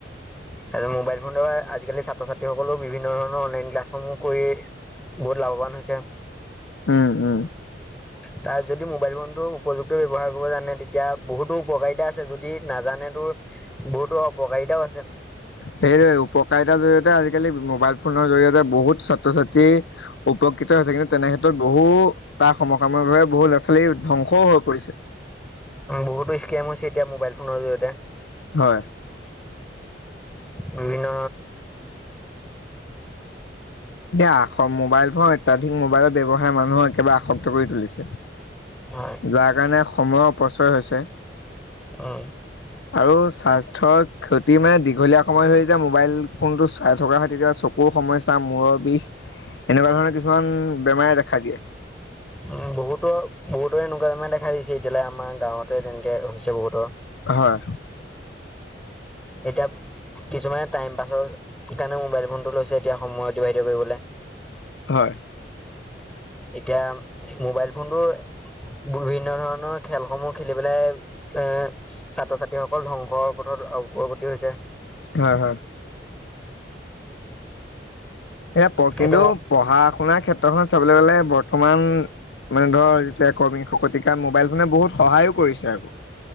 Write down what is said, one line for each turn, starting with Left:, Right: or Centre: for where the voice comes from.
Centre: তাৰপিছত মোবাইল ফোনৰ দ্বাৰা আজিকালি ছাত্ৰ ছাত্ৰীসকললে বিভিন্ন ধৰণৰ অনলাইন ক্লাছসমূহ কৰি বহুত লাভৱান হৈছে।
Left: উম উম
Centre: তাৰ যদি মোবাইল ফোনটো উপযুক্ত ব্যৱহাৰ কৰিব জানে তেতিয়া বহুতো উপকাৰিতা আছে যদি নাজানেতো বহুতো অপকাৰিতাও আছে
Left: সেইদৰে উপকাৰিতাৰ জৰিয়তে আজিকালি মোবাইল ফোনৰ জৰি়য়তে বহুত ছাত্ৰ ছাত্ৰী উপকৃত হৈছে, কিন্তু তেনেক্ষেত্ৰত বহু তাৰ সমকাময়কভাৱে বহু ল'ৰা ছোৱালী ধ্বংসও হৈ পৰিছে।
Centre: বহুতো স্কেম হৈছে এতিয়া মোবাইল ফোনৰ জৰিয়তে।
Left: হয়
Centre: বিভিন্ন
Left: দিয়া আস মোবাইল ফোন অত্যাধিক মোবাইলৰ ব্যৱসায় মানুহক একেবাৰে আসক্ত কৰি তুলিছে।
Centre: হয়
Left: যাৰ কাৰণে সময়ৰ অপচয় হৈছে।
Centre: উম
Left: আৰু স্বাস্থ্যৰ ক্ষতি মানে দীঘলীয়া সময় ধৰি যে মোবাইল ফোনটো চাই থকাৰ সৈ তেতিয়া চকুৰ সমস্যা মূৰত বিষ এনেকুৱা ধৰণৰ কিছুমান বেমাৰে দেখা দিয়ে।
Centre: উম বহুতো বহুতৰ এনেকুৱা দেখাই দিছে এতিয়ালে আমাৰ গাঁৱতে তেনেকে হৈছে বহুতৰ।
Left: হয়।
Centre: এতিয়া কিছুমানে টাইম পাছৰ কাৰণে মোবাইল ফোনটো লৈছে এতিয়া সময় অতিবাহিত কৰিবলৈ
Left: হয়
Centre: এতিয়া মোবাইল ফোনটো বিভিন্ন ধৰণৰ খেলসমূহ খেলি পেলাই এৰ ছাত্ৰ ছাত্ৰীসকল ধ্বংসৰ পথত অগ্ৰগতি হৈছে।
Left: হয় হয় এ প কিন্তু
Centre: এতিয়া মোৰ
Left: পঢ়া শুনাৰ ক্ষেত্ৰত বৰ্তখনত চাবলৈ গলে বৰ্তমান মানে ধৰ যেতিয়া ক শকতিকাৰ মোবাইল ফোনে বহুত সহায়ো কৰিছে আকৌ।